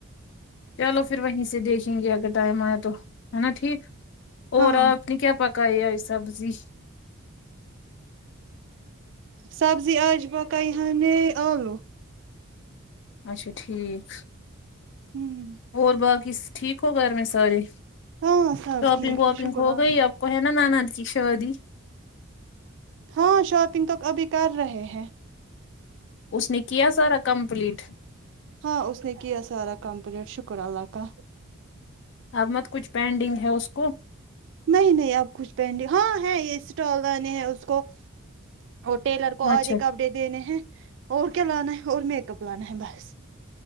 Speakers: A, on the left; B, on the right.
A: چلو پھر وہیں سے دیکھیں گے اگر ٹائم آیا تو ہ نا ٹھیک اور
B: ہاں
A: آپ نے کیا پکاائے آ سبزی
B: سبزی آج بکائ ہم نے آلو
A: اچھا ٹھیک
B: ہمم
A: اور باقی ٹھیک ہو گھر میں سارے
B: ہاں سب
A: شاپنگ
B: ٹھیک
A: واپنگ
B: ہے شکر
A: ہو
B: اللہ
A: گئی آپ کو ہے نا نند کی شادی
B: ہاں شاپنگ تو ابھی کر رہے ہیں
A: اس نے کیا سارا کمپلیٹ
B: ہاں اس نے کیا سارا کمپلیٹ شکر اللہ کا
A: اب مت کچھ پینڈنگ ہے اس کو
B: نہیں نہیں اب کچھ پینڈ ہاں ہے یہ اسٹال آنے ہیں اس کو اور ٹیلر کو آدھے
A: اچھا
B: کپڈے دینے ہیں اور کیا لانا ہے اور میک اپ لانا ہے بس